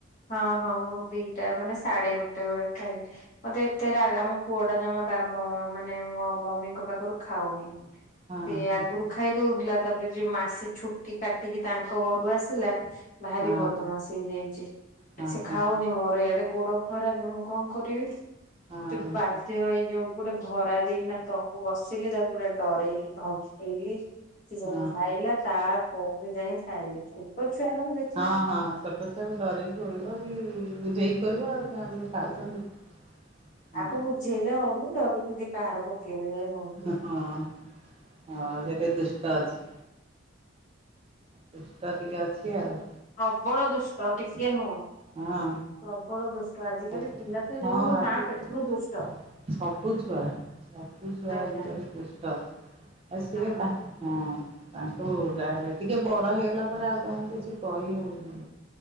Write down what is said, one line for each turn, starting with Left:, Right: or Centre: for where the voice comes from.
Left: ହଁ ହଁ ମୁଁ ଦିଟା ମାନେ ସାଢେ ଗୋଟେ ବେଳେ ଖାଇଲି ମତେ ଏତେ ରାଗା ମୋ ପୁଅ ଟା ଜମା ବା ମାନେ ମୋ ମମିଙ୍କ ପାଖରୁ ଖାଉନି ସିଏ
Right: ହଁ ହଁ
Left: ଆଗରୁ ଖା ଖାଇ ଦଉଥିଲା ତାପରେ ଯୋଉ ମାସେ ଛୁଟି କାଟିକି ତାଙ୍କ ଘରୁ ଆସିଲା ଭାରି
Right: ହଁ
Left: ବଦମାସି ହେଇଯାଇଚି।
Right: ହଁ
Left: ସେ
Right: ହଁ
Left: ଖାଉନି ମୋର ଇଆଡେ ଗୋଡ ଖରାପ ମୁଁ କଣ କରିବି
Right: ହଁ
Left: ତ ବାଧ୍ୟ ହେଇ ଯୋଉ ଗୋଟେ ଭରା ଦେଇକିନା ତକୁ ବସିଲି ତାକୁ ପୁରା ଡରେଇଲି ଧମେକେଇଲି ସେ ଯଉଁ
Right: ହଁ।
Left: ଖାଇଲା ତାପରେ ଯାଇ ଖାଇଲି ଛେଟ ଛୁଆ ମାନେ ଯେ
Right: ହଁ ହଁ ଛୋଟ ଛଆକୁ ଡରେଇକି ଖୁଏଇବା କି ବୁଝେଇକି ଖୁଏଇବ ଆଉ <unintelligible> ପିଲାମାନେ ଖାଉଜନ୍ତି
Left: ଆଉ
Right: ହଁ।
Left: ଆକୁ ବୁଝେଇଲେ ହଉନି ଡରିକି ଦିପାହାର ପକେଇଲେ ଯାଇ ହଉଛି।
Right: ହଁ ହଁ ସେଟିକେ ଦୁଷ୍ଟ ଅଛି। ଦୁଷ୍ଟ ଟିକେ ଅଛି ଆଉ
Left: ପ୍ରବଳ ଦୁଷ୍ଟ ଟିକେ ନୁହଁ।
Right: ହଁ।
Left: ପ୍ରବଳ ଦୁଷ୍ଟ ଆଜିକାଲି
Right: ଆଜି
Left: ପିଲା ତ
Right: ହଁ
Left: ଯୋଉ
Right: ଆଜିକାଲି
Left: ମା ପେଟରୁ ଦୁଷ୍ଟ।
Right: ସବୁ ଛୁଆ ସବୁ ଛୁଆ
Left: ଆଜ୍ଞା।
Right: ଆଜିକାଲି ଦୁଷ୍ଟ ଆଉ ସିଏ
Left: ହଁ
Right: ତା ହଁ ତାଙ୍କୁ ଟିକେ ବଡ ହେଇଗଲା ପରେ ଆଉ ତାଙ୍କୁ କିଛି କହି ହଉନି